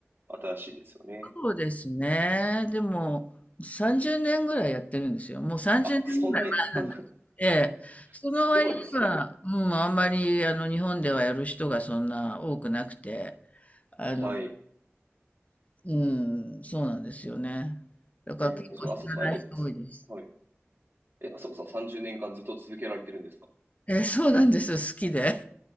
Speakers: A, on the right; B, on the left.
A: 新しいですよね。
B: そうですね。でも、30年ぐらいやってるんですよ。もう30年ぐらい前なんだけどええその割には、
A: あ、そんなに、あすごいですね。
B: うん、あんまり、あの、日本ではやる人がそんな多くなくて、あの、
A: はい。
B: うん、そうなんですよね。だから結構知らない人多いです。
A: えー、そう、あそこさん、え、すはい。え、あそこさん30年間ずっと続けられてるんですか
B: ええ、そうなんです。好きで。